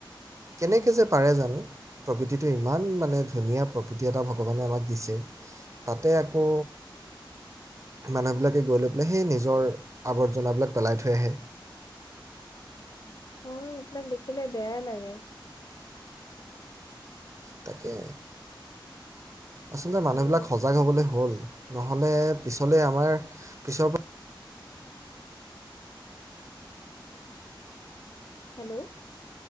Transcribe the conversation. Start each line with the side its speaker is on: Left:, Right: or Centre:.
Right: কেনেকে
Left: উম।
Right: যে পাৰে জানো প্ৰকৃ। প্ৰতিটো ইমান মানে ধুনীয়া প্ৰকৃতি এটা ভগৱানে আমাক। দিছে, তাতে আকৌ মানুহবিলাকে গৈ লৈ পেলাই সেই নিজৰ আৱৰ্জনাবিলাক পেলাই থৈ আহে।
Left: অ এইবিলাক দেখিলে বেয়াই লাগে।
Right: তাকে। আচলতে মানুহবিলাক
Left: আৰু
Right: সজাগ হ'বলে হ'ল। নহ'লে পিছলে আমাৰ পিছৰ পৰা।
Left: হেল্লো।